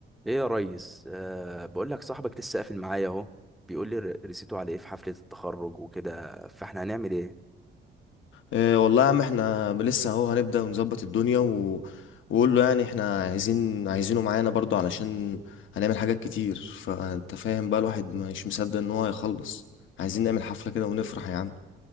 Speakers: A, in the centre; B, on the left.
A: ايه يا ريس أه بقول لك صاحبك لسه قافل معايا اهو بيقول لي ر- رسيته على ايه في حفلة التخرج وكده فاحنا هنعمل ايه
B: إيه والله يا عم احنا لسه اهو هنبدأ ونظبط الدنيا و... وقول له يعني احنا عايزين عايزينه معانا برضو علشان هنعمل حاجات كتير فانت فاهم بقى الواحد مش مصدق ان هو هيخلص عايزين نعمل حفلة كده ونفرح يا عم